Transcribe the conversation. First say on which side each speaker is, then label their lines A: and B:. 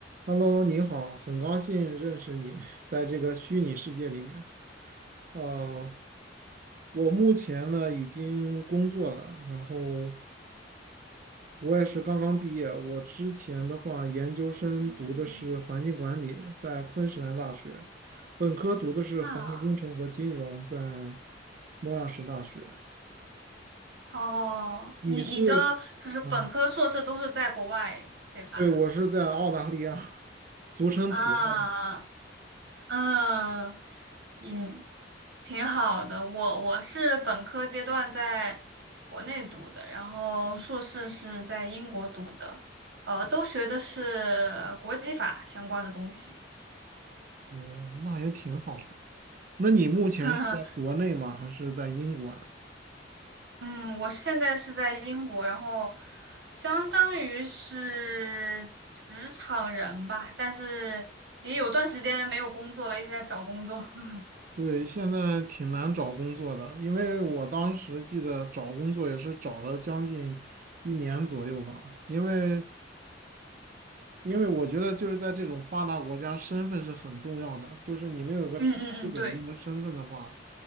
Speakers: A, on the right (about 45°); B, on the right (about 65°).
A: Hello，你好，很高兴认识你，在这个虚拟世界里面。呃，我目前呢已经工作了，然后我也是刚刚毕业。我之前的话，研究生读的是环境管理，
B: 嗯，
A: 在昆士兰大学；本科读的是环境工程和金融，
B: 那
A: 在莫纳什大学。
B: 哦，
A: 你是，
B: 你你的就是本科、
A: 嗯，
B: 硕士都是在国外，对吧？
A: 对，我是在澳大利亚，俗称土澳，
B: 啊，嗯嗯，挺好的。我我是本科阶段在国内读的，然后硕士是在英国读的，呃，都学的是国际法相关的东西。
A: 嗯，那也挺好的。那你目前是在国内吗？
B: <laughs>
A: 还是在英国呀？
B: 嗯，我现在是在英国，然后相当于是职场人吧，但是也有段时间没有工作了，一直在找工作。<laughs>
A: 对，现在挺难找工作的，因为我当时记得找工作也是找了将近一年左右吧，因为因为我觉得就是在这种发达国家，身份是很重要的，就是你没有一个长期稳定的身份的话，
B: 嗯嗯嗯，对